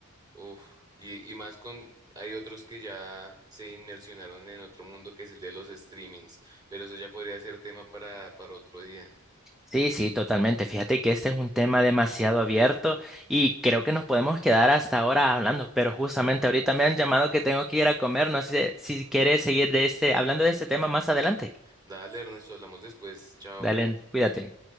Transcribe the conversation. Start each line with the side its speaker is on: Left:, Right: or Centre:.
Right: uf, y, y más con, hay otros que ya se inmersionaron en otro mundo que es el de los streamings, pero eso ya podría ser tema para, para otro día.
Centre: Sí, sí, totalmente. Fíjate que este es un tema demasiado abierto y creo que nos podemos quedar hasta ahora hablando, pero justamente ahorita me han llamado que tengo que ir a comer. No sé si quieres seguir de este, hablando de este tema más adelante.
Right: Dale, Ernesto, hablamos después, chao.
Centre: Dale, cuídate.